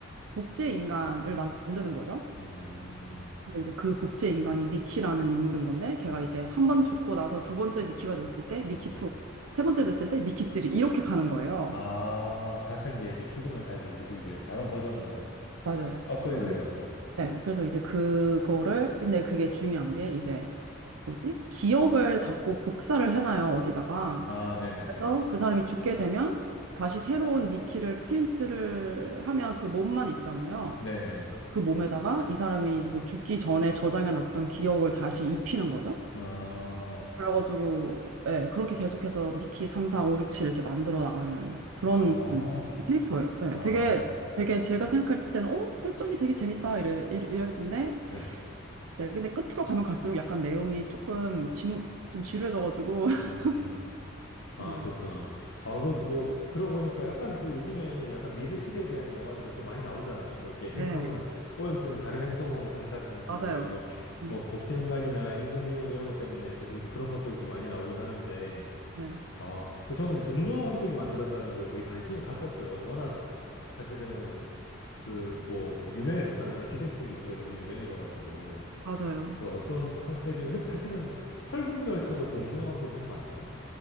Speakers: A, on the right (about 75°); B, on the left (about 60°).
A: 복제 인간을 만드는 거죠.
B: 예. 음,
A: 근데 이제 그 복제 인간이 미키라는 인물인 건데 걔가 이제
B: 아,
A: 한 번 죽고 나서 두 번째 미키가 됐을 때 미키
B: 음.
A: 2, 세 번째 됐을 때 미키 3 이렇게 가는 거예요.
B: 아, 같은 게 이제 죽으면 다시 계속 이제 다른 버전으로
A: 맞아요.
B: 업그레이드
A: 그-
B: 돼가지고.
A: 네, 그래서 이제 그거를 근데 그게 중요한 게 이제 뭐지? 기억을 자꾸 복사를 해놔요, 어디다가.
B: 아, 네네네.
A: 그래서 그 사람이 죽게 되면 다시 새로운 미끼를 프린트를 하면 그 몸만 있잖아요.
B: 네네.
A: 그 몸에다가 이 사람이 뭐 죽기 전에 저장해 놨던 기억을 다시 입히는 거죠.
B: 아,
A: 그래가지고 예, 그렇게 계속해서 미키 3, 4, 5, 6, 7 이렇게 만들어 나가는 그런
B: 아,
A: 캐릭터예요. 예,
B: 아,
A: 되게
B: 그렇구나.
A: 되게 제가 생각할 때는 어, 설정이 되게 재밌다 이래 이래- 이랬는데
B: 네.
A: 네, 근데 끝으로 가면 갈수록 약간 내용이 조금 지, 좀 지루해져가지고 <laughs>
B: 음. 아,
A: 네,
B: 그렇구나. 아, 그, 뭐, 들어보니까 약간 그 요즘에 약간 미래 시대에 대한 영화들은 좀 많이 나오잖아요. 뭐, 이렇게
A: 네,
B: 행성을 오염 때문에 다른 행성으로 간다든지,
A: 맞아요.
B: 뭐,
A: 음,
B: 뭐, 복제인간이나 인공지능 이런 것 때문에 계속 이제 그런 것들도 많이 나오긴 하는데,
A: 네.
B: 아, 그 저는 이제 봉준호 감독이 만들었다는 거에 되게 관심이 갔었어요. 워낙 사실은 그, 뭐, 유명해졌잖아요. 기생충 이후에 너무 유명해져가지고.
A: 맞아요.
B: 그 어떤 컨셉이랑, 근데 사실은 설국열차도 봉준호 감독이 한 거 아니에요?